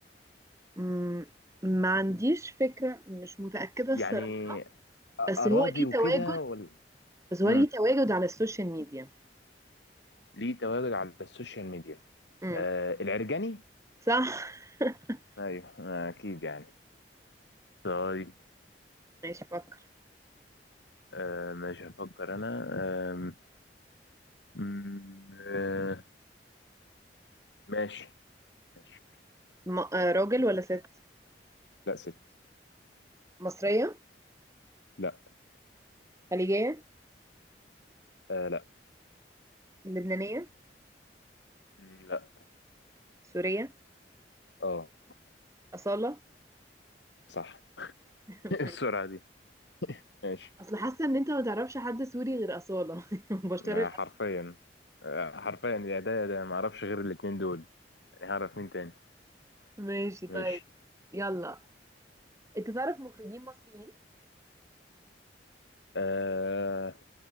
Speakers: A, on the right; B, on the left.
A: مم، ما عنديش فكرة مش متأكدة الصراحة.
B: يعني أ- اراضي
A: بس هو ليه
B: وكده
A: تواجد
B: ولا
A: بس هو
B: مم.
A: ليه تواجد على السوشيال ميديا
B: ليه تواجد على السوشيال ميديا
A: امم
B: آه العرجاني
A: صح <laughs>
B: ايوه آه، اكيد يعني طيب
A: ماشي فكر
B: آه ماشي هفكر انا آه م- آه ماشي ماشي
A: م... آه، راجل ولا ست
B: لا ست
A: مصرية
B: لا
A: خليجية
B: آه لا
A: لبنانية
B: م- لا
A: سورية
B: اه
A: أصالة
B: صح <laughs>
A: <laughs>
B: إيه السرعة دي ماشي
A: أصل حاسة إن أنت ما تعرفش حد سوري غير أصالة <laughs> بشار
B: آه،
A: الأسد
B: حرفيا آه حرفيا يا ده يا ده ما اعرفش غير الاتنين دول يعني هعرف مين تاني
A: ماشي طيب
B: ماشي
A: يلا أنت تعرف مخرجين مصريين
B: آه